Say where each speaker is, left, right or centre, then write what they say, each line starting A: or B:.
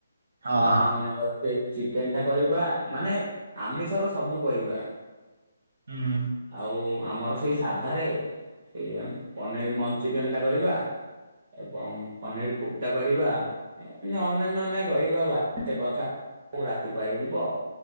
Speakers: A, on the right; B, on the right.
A: ହଁ
B: ପୁଣି
A: ହଁ
B: ଆମର ସେଇ ଚିକେନ ଟା କରିବା ମାନେ ଆମିଷର ସବୁ କରିବା।
A: ଉଁ।
B: ଆଉ ଆମର ସେଇ ସାଧାରେ ସେଇ ଆମ୍ ପନିର ମନ୍ଞ୍ଚୁରିୟାନ ଟା କରିବା। ଏବଂ ପନିର କୁପ୍ତା କରିବା। <unintelligible> ରାତି ପାହିଯିବ।